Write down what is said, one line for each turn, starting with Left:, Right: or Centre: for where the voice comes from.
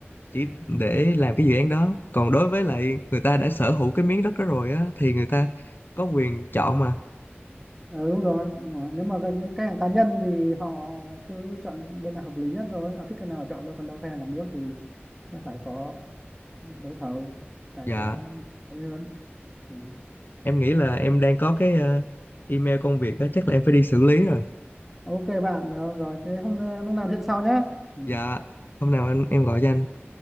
Left: chỉ để làm cái dự án đó còn đối với lại người ta đã sở hữu cái miếng đất đó rồi á thì người ta có quyền chọn mà
Centre: Ừ, đúng rồi. Nhưng mà nếu mà cái khách hàng cá nhân thì họ cứ chọn bên nào hợp lý nhất thôi. Họ thích cái nào họ chọn thôi. Còn đâu khách hàng nhà nước thì sẽ phải có đấu thầu, phải
Left: dạ
Centre: có ấy hơn. Ừ.
Left: em nghĩ là em đang có cái ờ, email công việc đó chắc là em phải đi xử lý rồi
Centre: Ok bạn ờ, rồi. Thế hôm ờ, lúc nào chuyện sau nhé. Ừ.
Left: Dạ, hôm nào anh
Centre: Ừ.
Left: em gọi cho anh